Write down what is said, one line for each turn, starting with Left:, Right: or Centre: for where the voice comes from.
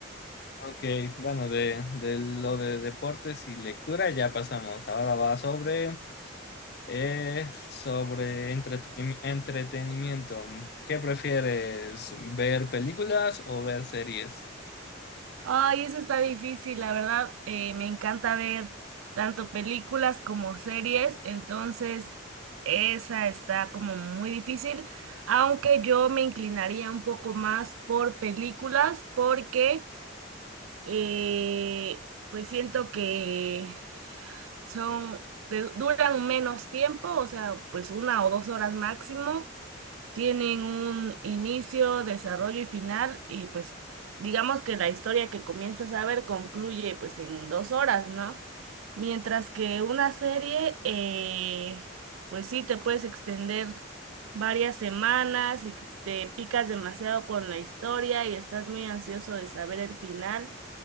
Left: Ok, bueno, de, de lo de deportes y lectura ya pasamos. Ahora va sobre, eh, sobre entreteni- entretenimiento. ¿Qué prefieres, ver películas o ver series?
Right: Ay, eso está difícil, la verdad. eh, me encanta ver tanto películas como series, entonces esa está como muy difícil, aunque yo me inclinaría un poco más por películas porque eh, pues siento que son, te duran menos tiempo, o sea, pues una o dos horas máximo tienen un inicio, desarrollo y final, y pues digamos que la historia que comienzas a ver concluye pues en dos horas, ¿no? Mientras que una serie, eh, pues sí, te puedes extender varias semanas y te picas demasiado con la historia y estás muy ansioso de saber el final,